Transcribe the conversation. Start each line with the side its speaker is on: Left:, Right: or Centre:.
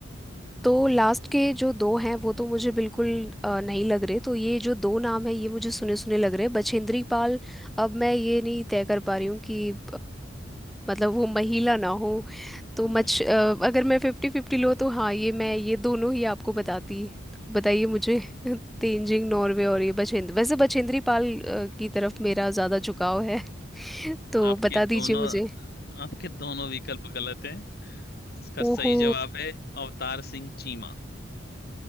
Centre: तो लास्ट के जो दो हैं वो तो मुझे बिल्कुल अ, नहीं लग रहे तो ये जो दो नाम है ये मुझे सुने सुने लग रहे हैं बछेंद्री पाल अब मैं ये नहीं तय कर पा रही हूँ कि अ, मतलब वो महिला ना हो तो
Left: हम्म
Centre: मच अ, अगर मैं फिफ्टी फिफ्टी लो तो हाँ ये मैं ये दोनों ही आपको बताती तो बताइए मुझे <laughs> तेंजिंग नॉर्वे और ये बछेंद्र वैसे बछेंद्री पाल अ, की तरफ मेरा ज़्यादा झुकाव है <laughs> तो
Left: आपके
Centre: बता
Left: दोनों
Centre: दीजिए मुझे
Left: आपके दोनों विकल्प गलत हैं इसका सही
Centre: ओहो
Left: जवाब है अवतार सिंह चीमा